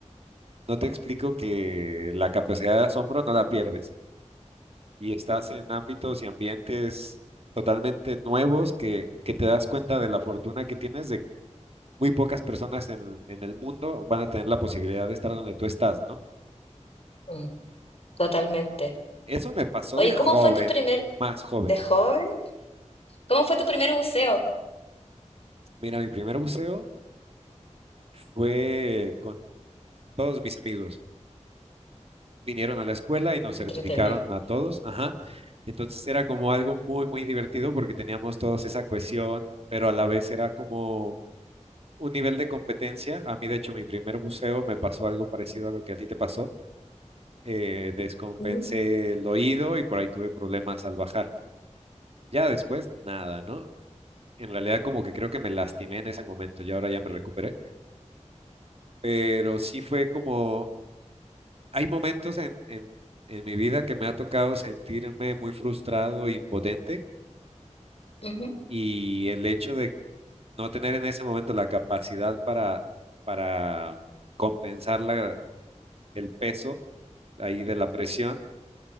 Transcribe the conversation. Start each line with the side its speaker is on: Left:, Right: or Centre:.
Right: no te explico que la capacidad de asombro no la pierdes y estás en ámbitos y ambientes totalmente nuevos que, que te das cuenta de la fortuna que tienes de muy pocas personas en, en el mundo van a tener la posibilidad de estar donde tú estás, ¿no?
Left: Mm, Totalmente.
Right: Eso me pasó
Left: Oye,
Right: de joven,
Left: ¿cómo fue tu primer,
Right: más joven.
Left: De joven, cómo fue tu primer buceo?
Right: Mira, mi primer buceo fue con todos mis amigos. Vinieron a la escuela y nos
Left: Qué
Right: certificaron
Left: entretenido.
Right: a todos. Ajá. Entonces era como algo muy, muy divertido porque teníamos todos esa cohesión, pero a la vez era como un nivel de competencia. A mí, de hecho, mi primer buceo me pasó algo parecido a lo que a ti te pasó. Eh, descompensé
Left: Ujú.
Right: el oído y por ahí tuve problemas al bajar. Ya después, nada, ¿no? En realidad como que creo que me lastimé en ese momento y ahora ya me recuperé pero sí fue como, hay momentos en, en, en mi vida que me ha tocado sentirme muy frustrado e impotente
Left: Ujú,
Right: y el hecho de no tener en ese momento la capacidad para, para compensar la- el peso ahí de la presión,